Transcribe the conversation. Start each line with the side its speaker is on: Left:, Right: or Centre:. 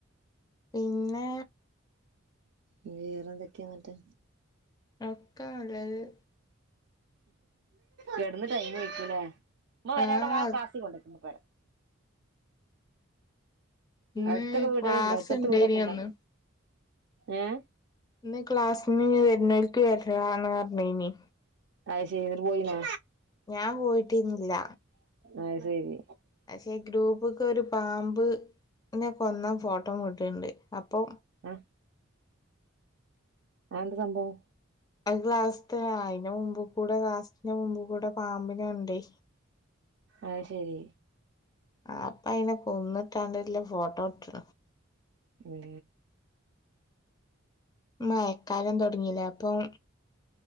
Left: പിന്നെ
Right: വേറെന്തൊക്കെന്നട്ട്.
Left: ഒക്കാ നല്ലത്.
Right: കെടന്ന് ടൈം കഴിക്കുലേ ഇമ്മ വരെ
Left: ആഹ്
Right: അവിടെ ആ കാസി കൊണ്ടക്ക് പ പോരാ.
Left: ഇന്ന്
Right: അടുത്തൊക്കെ വീടുകളുണ്ടോ
Left: ക്ലാസ്
Right: അടുത്തടുത്ത്
Left: ഉണ്ടായിന്
Right: വീടൊക്കെ ഇണ്ടോ
Left: അന്ന്.
Right: ഏഹ്
Left: ഇന്ന് ക്ലാസിന്ന് വരുന്നൂലക്ക് വരന്ന് പറഞ്ഞനി.
Right: അത് ശരി എന്നിട്ട് പോയിന്നോ
Left: ഞാൻ പോയിട്ടിരുന്നില്ല
Right: അ ശരി
Left: പക്ഷേ ഗ്രൂപ്പ്ക്ക് ഒരു പാമ്പ് നെ കൊന്നാ ഫോട്ടോ വിട്ടിട്ടണ്ട്. അപ്പൊ
Right: ആഏ ആ എന്ത സംഭവം.
Left: അത് ക്ലാസ്സ് തെ അതിന്റെ മുമ്പ് കൂടെ ക്ലാസ്സ് സിന്റെ മുമ്പ് കൂടെ പാമ്പിന കണ്ടേ.
Right: അഹ് ശരി.
Left: ആ അപ്പ അയിനെ കൊന്നിട്ടാണ്ട് ള ഫോട്ടോ ഇട്ടത്.
Right: ഏ
Left: മയക്കാലം തുടങ്ങില്ലേ അപ്പം..